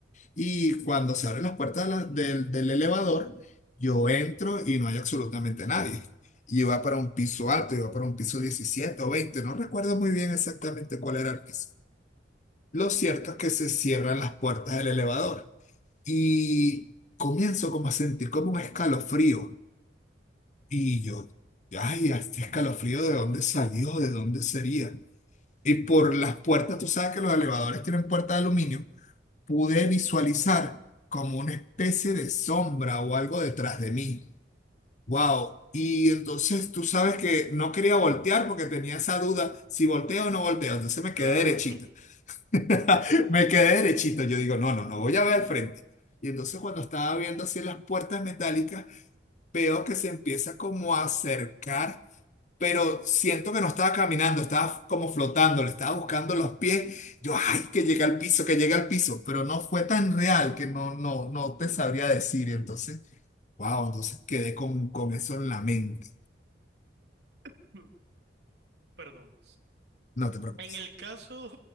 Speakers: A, on the left; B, on the right.
A: Y cuando se abren las puertas de la- del, del elevador, yo entro y no hay absolutamente nadie. Y iba para un piso alto, iba para un piso diecisiete o veinte no recuerdo muy bien exactamente cuál era el piso. Lo cierto es que se cierran las puertas del elevador y comienzo como a sentir como un escalofrío. Y yo, ay, este escalofrío, ¿de dónde salió? ¿De dónde sería? Y por las puertas, tú sabes que los elevadores tienen puertas de aluminio pude visualizar como una especie de sombra o algo detrás de mí. Wow. Y entonces tú sabes que no quería voltear porque tenía esa duda si volteo o no volteo. Entonces me
B: Claro,
A: quedé derechito. <laughs> Me quedé derechito. Yo digo, no, no, no voy a ver al frente. Y entonces cuando estaba viendo así las puertas metálicas, veo que se empieza como a acercar pero siento que no estaba caminando, estaba como flotando, le estaba buscando los pies. Yo, ay, que llega al piso, que llega al piso, pero no fue tan real que no, no, no te sabría decir. Entonces, wow, entonces quedé con, con eso en la mente.
B: <laughs> perdón.
A: No te preocupes.
B: En el caso